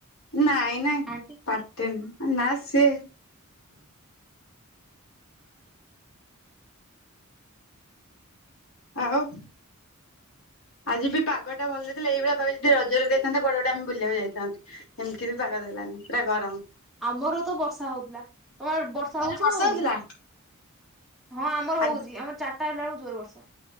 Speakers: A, on the left; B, in the centre.
A: ନାଇଁ ନାଇଁ
B: ଆଣ୍ଟି
A: ପାଟି ନୁଅ ନା ସିଏ। <inaudible> ଆଉ। ଆଜି ବି ପାଗଟା ଭଲ ଦେଇଥିଲା ଏଇଭଳିଆ ପାଗ ଯଦି ରଜରେ ଦେଇଥାନ୍ତ କୁଆଡେ ଗୋଟେ ଆମେ ବୁଲିବାକୁ ଯାଇଥାନ୍ତୁ। ଏମିତି ବି ପାଗ ଦେଲାନି ପୁରା ଗରମ।
B: ଆମର ତ ବର୍ଷା ହଉଥିଲା। ତମର ବର୍ଷା
A: ରଜରେ
B: ହଉଛି ନା ହଉନି।
A: ହଉଥିଲା?
B: ହଁ ଆମର
A: ଆଜି
B: ହଉଛି ଆମର ଚା ଟା ହାଲାବେଳକୁ ଜୋର ବର୍ଷା